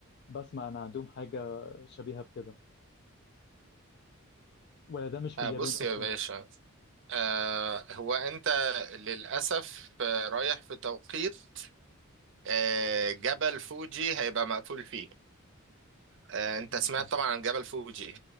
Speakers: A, on the left (about 50°); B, on the right (about 60°).
A: بسمع ان عندهم حاجه شبيهه بكده ولا ده مش في
B: آه،
A: اليابان
B: بص
A: اصلا
B: يا باشا آه، هو انت للاسف آه، رايح في توقيت آه، جبل فوجي هيبقى مقفول فيه آه، انت
A: مم.
B: سمعت طبعا عن جبل فوجي